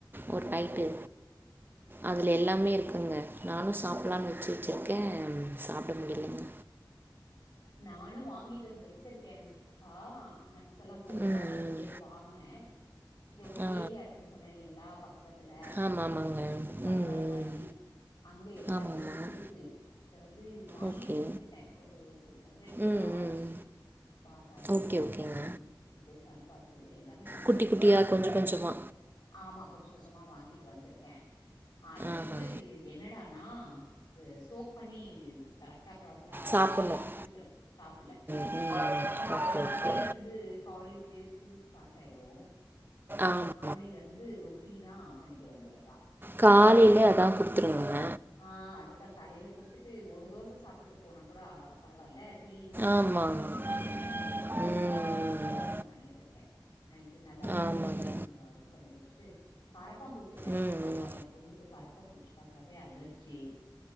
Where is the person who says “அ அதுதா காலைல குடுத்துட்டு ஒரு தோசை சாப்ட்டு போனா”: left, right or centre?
Left